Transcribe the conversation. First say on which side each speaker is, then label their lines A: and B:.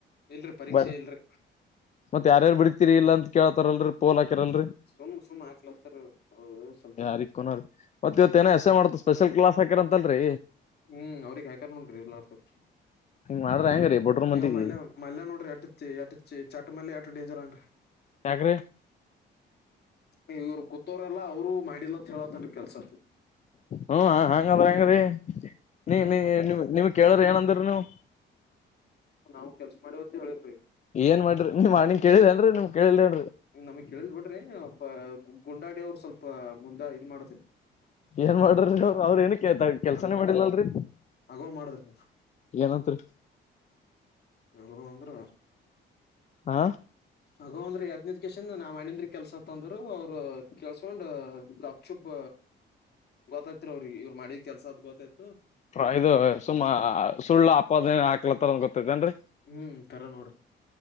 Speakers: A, on the left (about 55°); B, on the left (about 35°).
A: ಇಲ್ರಿ ಪರೀಕ್ಷೆ
B: ಬ
A: ಇಲ್ರಿ
B: ಮತ್ತ ಯಾರಾರು ಬಿಡ್ತೀರಿ ಇಲ್ಲ ಅಂತ ಕೇಳ್ತಾರಲ್ ಪೋಲಾಕ ನ್
A: ಸುಮ್ ಸುಮ್ ಹಾಕ್ಲತ್ತಾರ ಅವ್ರ ಸ್ವಲ್ಪ
B: ಯಾರನ ಮತ್ತ ಇವತ್ತ
A: ಹ್ಮ್
B: ಏನ ಎಸ ಮಾಡ ಸ್ಪೆಷಲ್ ಕ್ಲಾಸ್ ಹಾಕಿರ ಅಂತಲ್ರರಿ
A: ಹ್ಮ್ ಅವ್ರಿಗೆ ಹಯಕಾರ್ ನೋಡ್ರಿ ಎರ್ಲ್ಲರ್ತವ್ರ
B: ಹಿಂಗ್ ಮಾಡ್ರ ಹೆಂಗ್ರೀ ಬಡ್ರು ಮಂದಿಗೆ
A: ಇವ ಮಲ್ಲೆ ಮಲ್ಲೆ ನೋಡ್ರಿ ಎಟ್ಟತಿ ಎಟತಿ ಚಟ್ ಮಲ್ಯ ಎಷ್ಟು ಡೇಂಜರ್ ಹಾನ
B: ಯಾಕ್ರಿ
A: ರಿ ಇವ್ರು ಕೂತೋರಲ್ಲ ಅವರು ಮಾಡಿಲ್ಲಂತ ಹೇಳತನ್ ಕೆಲ್ಸ
B: ಹ್ಮ ಹಂಗದ್ರ ಹೆಂಗ ರಿ ನೀ
A: ಚಟ
B: ನೀ
A: ಮಲ್ಯ
B: ನಿ ನಿಮ ಕೇಳ್ರ ಏನಂದ್ರ ನೀವು
A: ನಾವು ಕೆಲ್ಸ ಮಾಡಿವತ್ತ ಹೇಳಿವ್ರಿ
B: ಏನ್ ಮಾಡ್ರಿ ನೀ ಅಣಿಂಗ ಕೇಳಿದೇನ್ರರಿ ನಿಮ್ ಕೇಳಲ್ರಿಿ
A: ನಮಗ್ ಕೇಳಿದ ಬಿಟ್ರಿ ಗುಂಡಾಡ ಅವರು ಸ್ವಲ್ಪ ಮುಂದೆ ಇದ ಮಾಡ್ತಿ
B: ಏನ್ ಮಾಡ್ರ್ರಿ ಅವ ಅವ್ರ ಏನ ಕೆಲ್ಸನೇ
A: ಆಗೋ
B: ಮಾಡಿಲ್ಲಲ್ರರಿ
A: ಆಗೋ ಮಾಡಿದ್ರಿ
B: ಏನ ಸ
A: ಗಂದ್ರ
B: ಹಾ
A: ಹಗಂದ್ರ ಯದ್ನದಷ್ಟ <inaudible> ನಾ ಮಾಡೀನಿ ರಿ ಕೆಲ್ಸತ್ಂದ್ರರು ಅವ್ರ ಕೆೇಸ್ಕೊಂಡ್ ಗಪ್ ಚುಪ್ ಗೊತ್ತೈತ್ ಅವ್ರ ಇವ ಮಾಡಿ ಕೆಲ್ಸದ ಗೊತ್ತೈತ್
B: ಫ್ರ ಇದು ಸುಮ್ಮ ಸುಳ್ಳು ಅಪಾದನ ಹಾಕ್ಲತ್ತಾರಂದ ಗೊತ್ತೈತೆೇನ್ರಿ
A: ಹ್ಮ್ ಕರ ನೋಡ್ರಿ